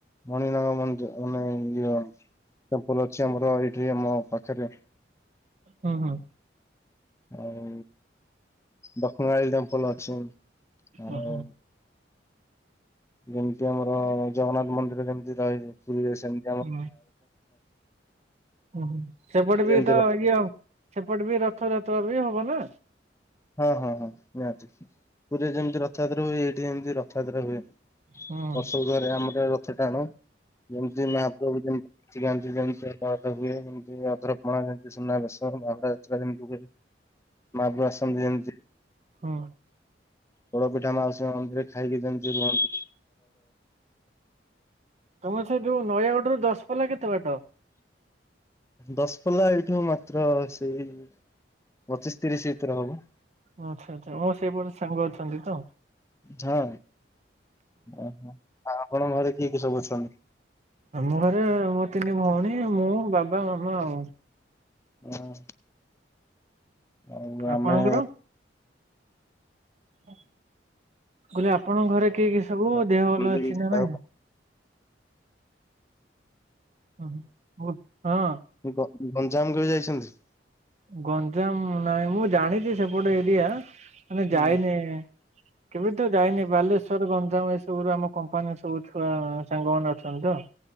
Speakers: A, on the left; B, on the right.
A: ମଣିନାଗ ବନ୍ଧ। ମାନେ ଇଏ ଡମକଳ ଅଛି ଆମର ଏଇଠି ଆମ ପାଖରେ।
B: ହଁ ହଁ।
A: ଆଉ ଦକ୍ଷିଣକାଳୀ ଟେମ୍ପଲୁ ଅଛି ଆଉ।
B: ଓହୋ
A: ଯେମିତି ଆମର ଜଗନ୍ନାଥ ମନ୍ଦିର ଯେମିତି ରହିଛି ପୁରୀରେ ସେମି
B: ହୁଁ ଓହୋ ସେପଟେ
A: ପୁରୀରେ ଯେମିତି
B: ବି ତ
A: ରଥ
B: ଇଏ ସେପଟେ ବି ରଥଯାତ୍ର ବି ହବ ନା।
A: ହଁ ହଁ ହଁ ନିହାତି ପୁରିରେ ଯେମିତି ରଥଯାତ୍ରା ହୁଏ ଏଇଠି ସେମିତି ରଥଯାତ୍ରା ହୁଏ।
B: ହଁ
A: ବର୍ଷକୁ ଥରେ ଆମର ରଥ ଟାଣୁ। ଯେମିତି ମହାପ୍ରଭୁ ଯେମିତି ଲୁଚି ଯାଆନ୍ତି ସେମିତି ଆଉ। ଯେମିତି ଅଧରପଣା ଯେମତି ସୁନାବେେଶ ବାହୁଡା ଯାତ୍ରା ଯେମିତି ହୁଏ। ମାହାପ୍ରଭୁ ଆସନ୍ତି ଯେମିତି।
B: ହଁ
A: ପୋଡ ପିଠା ମାଉସୀ ମା ମନ୍ଦିରେ ଖାଇକି ଯେମିତି ରୁହନ୍ତୁ।
B: ତମର ସେ ଯୋଉ ନୟାଗଡ଼ରୁ ଦଶପଲା କେତେ ବାଟ?
A: ଦଶପଲା ଏଇଠୁ ମାତ୍ର ସେଇ ପଚିଶ ତିରିଶ ଭିତରେ ହବ।
B: ଆଚ୍ଛା ଆଚ୍ଛା ମୋର ସେଇପଟେ ସାଙ୍ଗ ଅଛନ୍ତି ତ।
A: <unintelligible> ଅଁ ହୋ ଆ ଆପଣଙ୍କ ଘରେ କିଏ କିଏ ସବୁ ଅଛନ୍ତି?
B: ଆମ ଘରେ ମୋ ତିନି ଭଉଣୀ ମୁଁ ବାବା ମାମା ଆଉ।
A: ଉଁ। ଆଉ
B: ଆପଣଙ୍କର?
A: ଆମେ
B: ମୁଁ କହିଲି ଆପଣଙ୍କ ଘରେ କିଏ କିଏ ସବୁ
A: ହ୍ୟାଲୋ
B: ଦେହ ଭଲ ଅଛି ନା ନାଇଁ? ଉଁ ହୁଁ ବୋହୁତ୍ ହଁ।
A: ଗ-ଗଞ୍ଜାମ କେବେ ଯାଇଛନ୍ତି?
B: ଗଞ୍ଜାମ ନାଇଁ ମୁଁ ଜାଣିଛି ସେପଟେ ଏରିଆ ମାନେ
A: ହଁ
B: ଯାଇନି। କେବେ ତ ଯାଇନି ବାଲେଶ୍ଵର ଗଞ୍ଜାମ ଏସବୁରୁ ଆମ କମ୍ପାନୀ ସବୁ ଛୁଆ ସାଙ୍ଗମାନେ ଅଛନ୍ତି ତ।